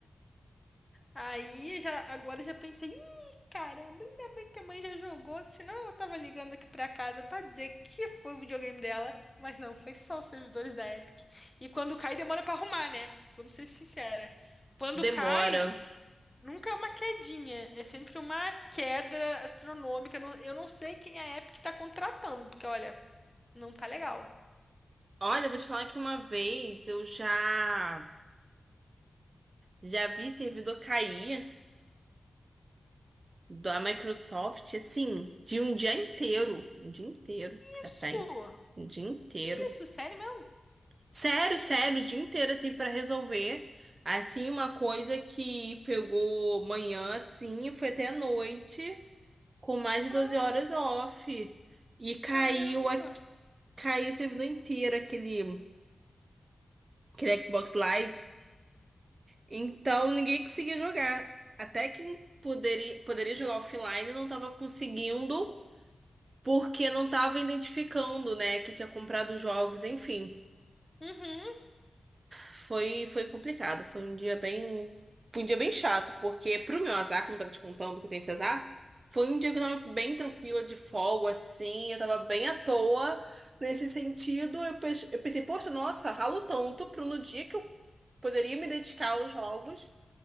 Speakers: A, on the left; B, on the right.
A: Aí eu já, agora eu já pensei, ih, caramba, ainda bem que a mãe já jogou, senão ela tava ligando aqui pra casa pra dizer que foi o videogame dela, mas não, foi só os servidores da Epic. E quando cai, demora pra arrumar, né? Vamos ser sincera. Quando
B: Demora.
A: cai, nunca é uma quedinha, é sempre uma queda astronômica. Não- Eu não sei quem a Epic tá contratando, porque olha, não tá legal.
B: Olha, vou te falar que uma vez eu já, já vi servidor cair da Microsoft, assim, de um dia inteiro. Um dia inteiro, ficar
A: Isso!
B: sem. Um dia inteiro.
A: Isso, sério mesmo?
B: Sério, sério, o dia inteiro, assim, pra resolver. Assim, uma coisa que pegou manhã, assim, e foi até a noite, com mais
A: Ca-
B: de 12 horas off. E caiu,
A: Caramba!
B: a- caiu o servidor inteiro, aquele, aquele Xbox Live. Então, ninguém conseguia jogar. Até quem poderia, poderia jogar offline não tava conseguindo, porque não tava identificando, né, que tinha comprado jogos, enfim.
A: Uhum.
B: Foi, foi complicado, foi um dia bem, foi um dia bem chato, porque pro meu azar, como eu tava te contando que eu tenho esse azar, foi um dia que eu tava bem tranquila de folga, assim, eu tava bem à toa nesse sentido. Eu, pes- eu pensei, poxa, nossa, ralo tanto pro no dia que eu poderia me dedicar aos jogos.